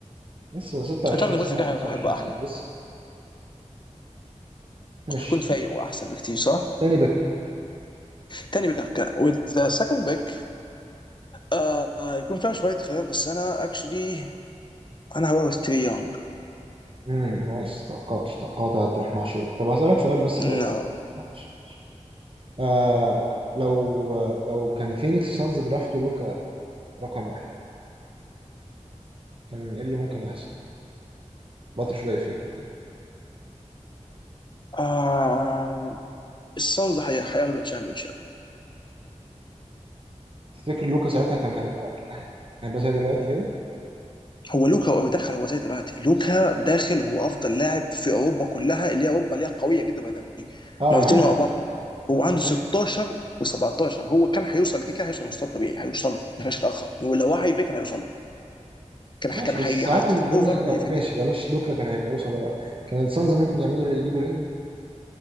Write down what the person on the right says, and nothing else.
لسه 26
سنه
او 25
سنه
لسه ماشي
تاني
امم نايس توقعت توقعت هتروح مع شيء طب هسألك سؤال بس الأول
معلش معلش آه لو لو كان فينيكس سانز درافت لوكا رقم واحد كان ايه اللي ممكن يحصل؟ باترفلاي افكت كده
تفتكر لوكا ساعتها كان هيبقى كان هيبقى زي دلوقتي كده؟
اه
انا عارف
انا
فاهم
انا فاهم
ماشي
بس
ساعات
الدنيا
طب
ماشي بلاش لوكا كان هيبقى وصل ولا لا كان السانز ممكن يعملوا يجيبوا رينج